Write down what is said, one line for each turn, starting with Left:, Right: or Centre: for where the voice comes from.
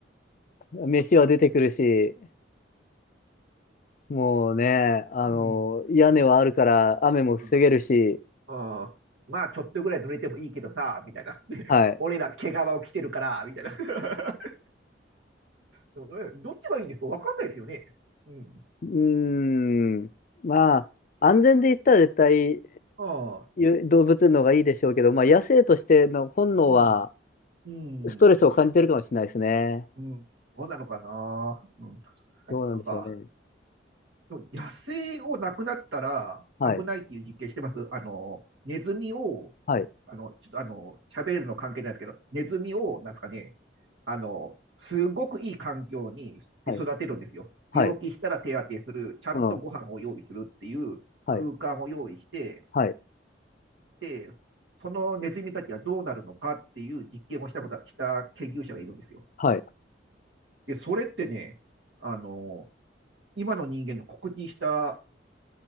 Left: 飯は出てくるし、もうね、あの、
Right: うん、
Left: 屋根はあるから雨も防げるし、
Right: うん。あーまあ、ちょっとぐらい濡れてもいいけどさ、みたいな。<laughs>
Left: はい。
Right: 俺ら毛皮を着てるから、みたいな。<laughs> でもねどっちがいいんですかわかんないですよね。うん。
Left: うーん。まあ、安全で言ったら絶対
Right: ああ、
Left: ゆ動物の方がいいでしょうけど、まあ野生としての本能は
Right: うん、うん、
Left: ストレスを感じてるかもしれないですね。
Right: うん。どうなのかな。うん、
Left: どうなんでしょうね。
Right: なんか、でも野生をなくなったら危ないっていう実験してます。
Left: はい。
Right: あの、ネズミを、
Left: はい。
Right: あの、ちょっとあの、喋れるの関係ないですけど、ネズミを、なんですかね、あの、すごくいい環境にで育てるんですよ。
Left: はい。はい。
Right: 病気したら手当てする、ちゃんとご飯を用意するっていう空間を用意して、
Left: うん。はい。はい。
Right: で、そのネズミたちはどうなるのかっていう実験をしたこと、した研究者がいるんですよ。
Left: はい。
Right: で、それってね、あの、今の人間の告知した